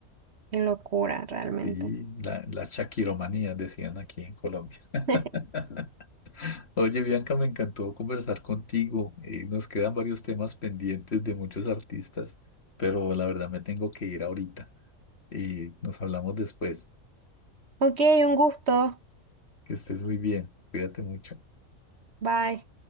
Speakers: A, on the right (about 50°); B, on the left (about 50°).
A: qué locura, realmente.
B: Y la, la shakiromanía, decían aquí en Colombia. <laughs>
A: <laughs>
B: Oye, Bianca, me encantó conversar contigo. Eh, nos quedan varios temas pendientes de muchos artistas, pero la verdad me tengo que ir ahorita. Y nos hablamos después.
A: Ok, un gusto.
B: Que estés muy bien. Cuídate mucho.
A: Bye.